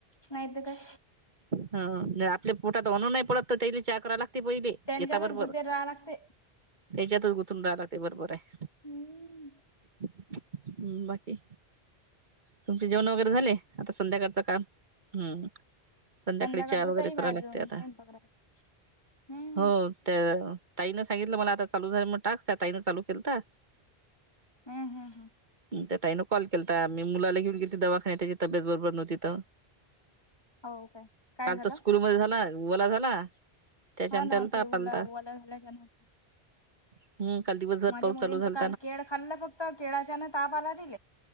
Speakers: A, on the left; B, on the right.
A: नाहीतर काय
B: ह आपल्या पोटात अन्न नाही पडतं तैली चा करावि लागते पहिले
A: त्यांच्यातच
B: येता बरोबर
A: गुतेर राहाव लागते.
B: त्याच्यातच गुथून राय लागते बरोबर आहे
A: हम्म
B: हम्म बाकी तुमचे जेवण वगैरे झाले आता संध्याकाळचं काम हम्म संध्याकाळी
A: संध्याकाळचं
B: चहा वगैरे
A: टाईम
B: कराव
A: आहे
B: लागते
A: अजून
B: आता
A: स्यंपाक कराय हम्म
B: हो त्या ताईन सांगितलं मला आता चालू झालं म्हणून टास्क त्या ताईनं चालू केलतं
A: हम् हम् हम
B: त्या ताईनं कॉल केलता तर मी मुला घेऊन गेलती दवाखाण्यात त्याची तब्येत बरोबर नव्हती तर
A: हो काय काय
B: काल
A: झालं
B: तर स्कूल मध्ये झाला ओला झाला त्याच्यान
A: हा ना
B: त्याला ताप
A: ते
B: आलता
A: ओला वला झाल्याच्या ना
B: हम काल दिवसभर
A: माझ्या
B: पाऊस
A: मुलीन
B: चालू झाला
A: तर काल केळ खाल्ल फक्त केळाच्यान ताप आला त